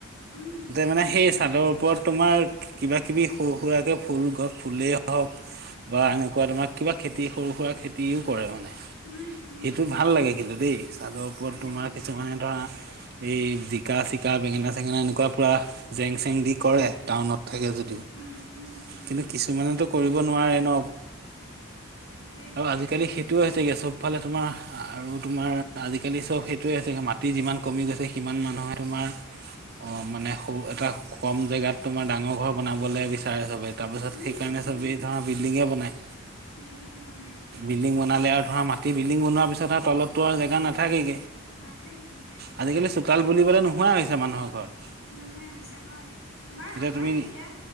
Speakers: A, on the left; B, on the right.
A: উম
B: মানে সেই ছাদৰ ওপৰত তোমাৰ কিবা কিবি সৰু-সুৰাকে ফুল গছ ফুলেই হওক বা এনেকুৱা তোমাৰ কিবা খেতি সৰু-সুৰা খেতিও কৰে মানে।
A: উম উম
B: সেইটো
A: উম
B: ভাল লাগে কিন্তু দেই চাদৰ ওপৰত
A: ভাল
B: তোমাৰ
A: লাগে
B: কিছুমানে
A: ভাল লাগে
B: ধৰা এই জিকা-চিকা, বেঙেনা-চেঙেনা এনেকুৱা পূৰা জেং-চেং দি কৰে টাউনত। থাকে যদিও।
A: উম উম উম
B: কিন্তু কিছুমানেতো কৰিব নোৱাৰে ন।
A: সেইটোৱে
B: আৰু আজিকালি
A: তোমাৰ
B: সেইটো হৈছেগে চব ইফালে তোমাৰ আৰু তোমাৰ আজিকালি চব সেইটোৱে হৈছেগে মাটি যিমান কমি গৈছে সিমান মানুহে তোমাৰ অ মানে স এটা কম জেগাত তোমাৰ ডাঙৰ ঘৰ বনাবলৈ বিচাৰে চবেই তাৰপিছত
A: উম
B: সেইকাৰণে
A: উম
B: চবেই ধৰৰাৰ বিল্ডিঙে বনায়।
A: বিল্ডিঙে বনায়।
B: বিল্ডিং বনালে আৰু ধৰা মাটি বিল্ডিং বনোৱাৰ পিছত আৰু তলতো আৰু জেগা নাথাকেগে।
A: নাথাকে নাথাকে
B: আজিকালি
A: সেইটোৱে।
B: চোতাল বুলিবলে নোহোৱা হৈছে মানুহৰ ঘৰত
A: নোহহোৱাই হৈছে হয়। তোমাৰ
B: এতিয়া
A: আমাৰ
B: তুমি
A: এতিয়া